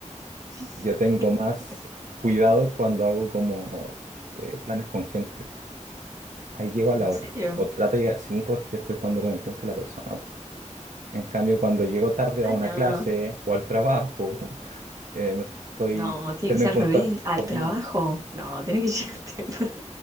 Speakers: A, on the right (about 25°); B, on the right (about 70°).
A: <laughs>
B: yo tengo más cuidado cuando hago como eh, planes con gente. Ahí llego a la
A: ¿En
B: hora.
A: serio?
B: O trato ya, sí, porque estoy jugando con el tiempo de la persona. po. En cambio, cuando llego tarde
A: Ah,
B: a una
A: no.
B: clase o al trabajo, <laughs> eh, me estoy
A: No, tiene
B: siendo
A: que ser
B: impuntual
A: al revés, al
B: conmigo.
A: trabajo.
B: mismo.
A: No, tiene que llegar <laughs> temprano.